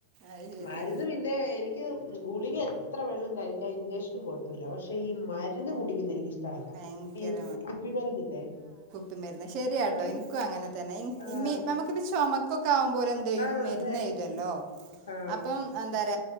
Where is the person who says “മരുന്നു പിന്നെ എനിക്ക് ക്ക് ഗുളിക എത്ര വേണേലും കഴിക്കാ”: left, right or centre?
Left